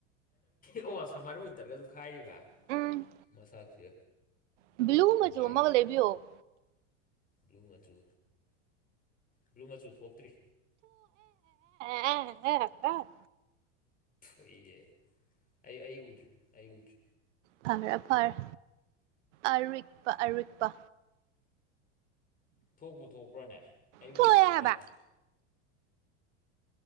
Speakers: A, on the left; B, on the right.
A: ꯑꯣ ꯁꯝꯃꯔ ꯃꯤꯇꯔꯒꯁꯨ ꯈꯥꯏꯔꯤꯕ
B: ꯎꯝ
A: ꯃꯁꯥꯛꯁꯦ
B: ꯕ꯭ꯂꯨ
A: ꯊꯝꯕꯥꯔꯤꯅꯤ
B: ꯃꯆꯨ ꯑꯃꯒ ꯂꯩꯕꯤꯌꯣ
A: ꯕ꯭ꯂꯨ ꯃꯆꯨ ꯕ꯭ꯂꯨ ꯃꯆꯨ ꯊꯣꯛꯇ꯭ꯔꯤ
B: ꯑ ꯍꯦ ꯔꯇ
A: ꯑꯩꯈꯣꯏ ꯑꯩ ꯑꯩ ꯎꯗ꯭ꯔꯤ ꯑꯩ ꯎꯗ꯭ꯔꯤ
B: ꯐꯔ ꯐꯥꯔ ꯑꯔ ꯏꯛꯄ ꯑꯔ ꯏꯛꯄ
A: ꯊꯣꯛꯄꯨ ꯊꯣꯛꯄ꯭ꯔꯅꯦ ꯑꯩꯕꯨ
B: ꯊꯣꯛꯑꯦ
A: ꯎꯗ꯭ꯔꯤꯅꯦ
B: ꯍꯥꯏꯕ